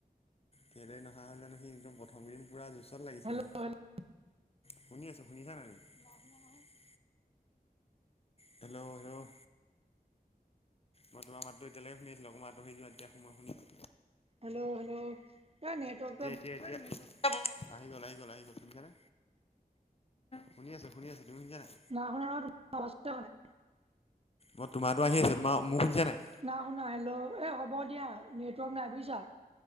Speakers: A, on the left (about 40°); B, on the right (about 40°).
A: কেলে নহা হ'ল জানো সি! একদম প্ৰথমকেইদিন পুৰা জুচত লাগিছিলে।
B: হেল্ল' হেল্ল'
A: শুনি আছো। শুনিছা নাই তুমি? <unintelligible> <inaudible> হেল্ল' হেল্ল' মই তোমাৰ মাতটো এতিয়ালৈকে শুনি আছিলো। অকমান আঁতহি যোৱা। তেতিয়া মই শুনিম।
B: হেল্ল' হেল্ল' অ' নেটৱৰ্কটোৱে
A: এতিয়া - এতিয়া। আহি গল। আহি গল। আহি গ'ল। শুনিছানে? শুনি আছো। শুনি আছো। তুমি শুনছা নাই?
B: নাই শুনা নহয়। <unintelligible> হোৱা নাই।
A: মই তোমাৰতো আহি আছে। তোমাৰ মো শুনিছা নাই?
B: নাই শুনা। হেল্ল'। এই হ'ব দিয়া। নেটৱৰ্ক নাই বুজিছা।